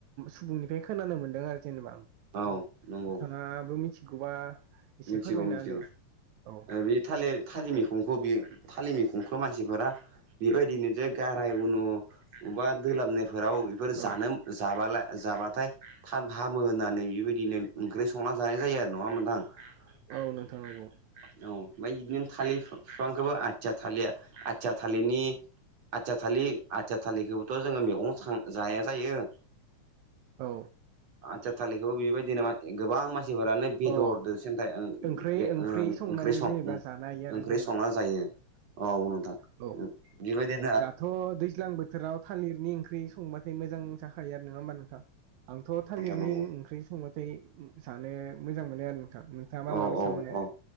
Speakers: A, on the right; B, on the right.
A: सुबुंनिफ्राय खोनानो मोन्दों आरो जेनेबा आं।
B: औ नंगौ।
A: नोथाङाबो मिथिगौबा एसे
B: मिथिगौ
A: फोरमायना
B: बमिथिगौ
A: होदो औ
B: ओ बि थालेर थालिमैखंखौ बियो थालिमैखंखौ मानसिफोरा बेबायदिनो जे गाराय उन' बबा दोलाबनाय फोराव बेफोर जानो
A: औ
B: जाबला जाबाथाय। थाब हामो होननानै बेबायदिनो ओंख्रि संना जानाय जायो आरो नङामोबा नोंथां। <inaudible>
A: औ नोंथां नंगौ
B: औ ओमफ्राय बिदिनो थालिर बिफांखौबो आथिया थालेर आथिया थालिरनि आथिया थालिर आथिया थालिरखौबोथ' जोङो मैगं जाया जायो
A: औ।
B: आथिया थालिरखौबो बेबायदिनो गोबां मानसिफोरानो बेदरदो
A: औ
B: सेन्थाय ओं <unintelligible>
A: ओंख्रि ओंख्रि संनानै जेनेबा जानो हायो
B: ओंख्रि
A: आरो जेनेबा
B: संना जायो ओ उन
A: औ।
B: बेबादिनो
A: दाथ' दैज्लां बोथोराव थालिरनि ओंख्रि संबाथाय मोजां जाखायो आरो नङा होमबा नोंथां। आंथ' थालिरनि
B: नोंथां नंगौ
A: ओंख्रि संबाथाय जानो मोजां मोनो आरो नोंथां। नोंथाङा मा
B: औ
A: बायसा
B: औ
A: मोनो
B: औ